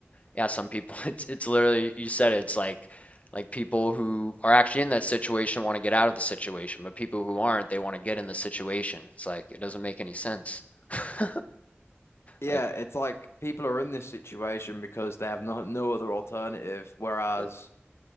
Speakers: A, on the left; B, on the left.
A: yeah, some people <laughs> it's it's literally you said it, it's like like people who are actually in that situation want to get out of the situation, but people who aren't, they want to get in the situation. It's like it doesn't make any sense. <laughs>
B: Yeah,
A: Like
B: it's like people are in this situation because they have no no other alternative, whereas
A: yeah,